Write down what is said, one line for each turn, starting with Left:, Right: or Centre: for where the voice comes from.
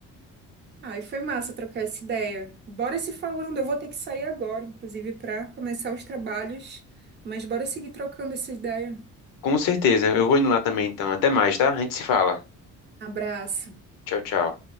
Right: Ah, e foi massa trocar essa ideia. Bora se falando, eu vou ter que sair agora, inclusive, para começar os trabalhos, mas bora seguir trocando essa ideia.
Left: com certeza. Eu vou indo lá também, então. Até mais, tá? A gente se fala.
Right: Abraço.
Left: Tchau, tchau.